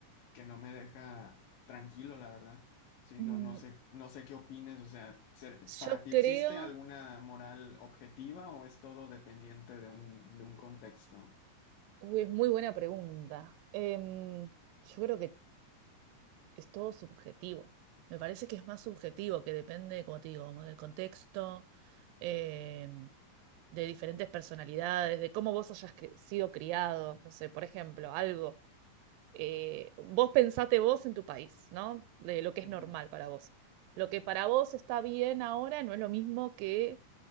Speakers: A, on the left (about 80°); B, on the right (about 90°).
A: que no me deja tranquilo, la verdad. Sí,
B: mm,
A: no, no sé, no sé qué opines. O sea, ser- ¿para
B: Yo
A: ti existe
B: creo
A: alguna moral objetiva o es todo dependiente de un, de un contexto?
B: Uy, es muy buena pregunta. Em, yo creo que es todo subjetivo. Me parece que es más subjetivo, que depende, como te digo, como del contexto, em, de diferentes personalidades, de cómo vos hayas cre- sido criado. No sé, por ejemplo, algo. eh, vos pensate vos en tu país, ¿no? De lo que
A: Ujú,
B: es normal para vos. Lo que para vos está bien ahora no es lo mismo que